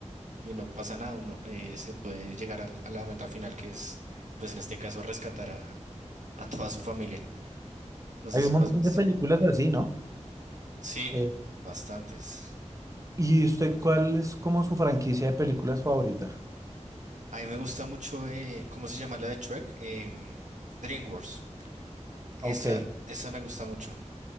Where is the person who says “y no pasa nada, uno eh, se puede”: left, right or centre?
Right